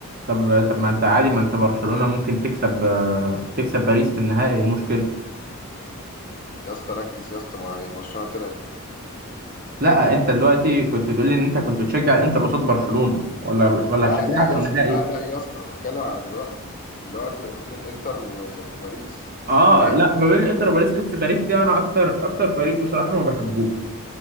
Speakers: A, on the right (about 40°); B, on the left (about 35°).
A: طب طب ما انت عادي ما انت برشلونة ممكن تكسب آه، تكسب باريس في النهائي إيه المشكلة
B: يا اسطى ركز يا اسطى ما هي برشلونه طلعت
A: لا انت دلوقتي كنت بتقول لي ان انت كنت بتشجع الانتر قصاد برشلونة ولا ولا
B: لا
A: هتشجعها
B: لا يا
A: في النهائي
B: اسطى لا لا يا اسطى بتكلم على دلوقتي دلوقتي ما بين الانتر و- وباريس
A: اه
B: في النهائي
A: لا ما بين الانتر وباريس بس باريس دي انا اكتر اكتر فريق بصراحة ما بحبوش